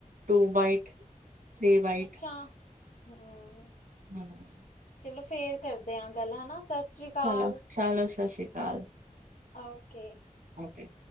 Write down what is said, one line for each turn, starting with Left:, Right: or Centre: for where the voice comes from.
Right: two byte three byte.
Left: ਅੱਛਾ ਹੂੰ।
Right: <unintelligible>
Left: ਚਲੋ, ਫੇਰ ਕਰਦੇ ਆ ਗੱਲ ਹਨਾ। ਸਤਿ ਸ੍ਰੀ ਅਕਾਲ
Right: ਚਲੋ, ਚਲੋ, ਸਤਿ ਸ਼੍ਰੀ ਅਕਾਲ।
Left: Okay
Right: okay